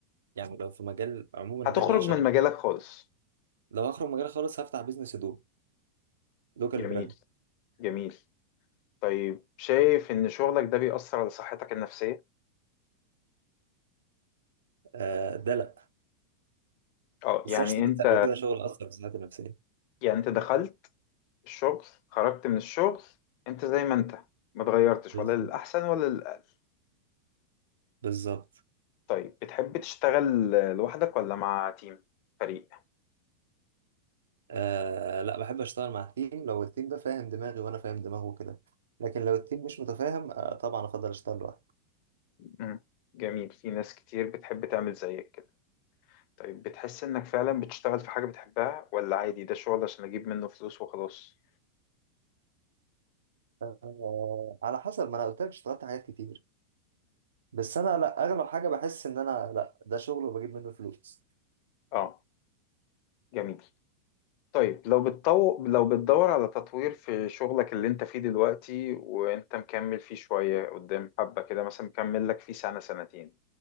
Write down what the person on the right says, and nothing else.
يعني لو في مجال عموما غير
اللي انا شغال
لو هخرج مجال خالص هفتح بيزنس هدوم لوكال
براند
آه ده لا
بس
انا اشتغلت
قبل كده شغل اثر في صحتي النفسيه
بالظبط
بالظبط
آه لا بحب اشتغل مع التيم لو التيم ده فاهم دماغي وانا فاهم دماغه كده لكن لو التيم مش متفاهم آه طبعا افضل اشتغل لوحدي
آه على حسب ما انا قلت لك اشتغلت حاجات كتير بس انا لا اغلب حاجه بحس ان انا لا ده شغل وبجيب منه فلوس